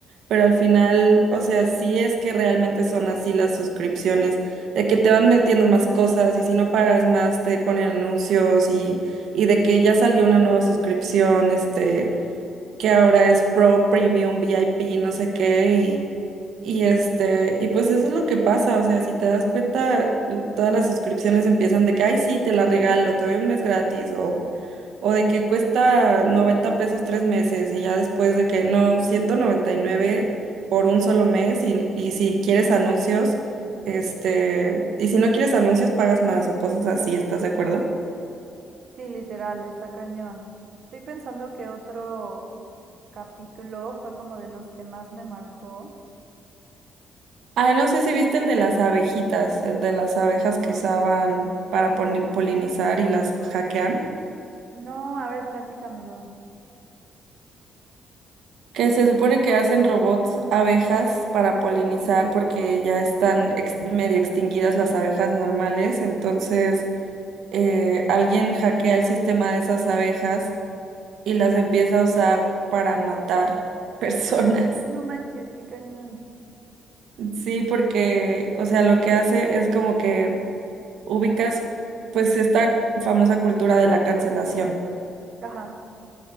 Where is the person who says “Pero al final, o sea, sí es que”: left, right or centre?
Right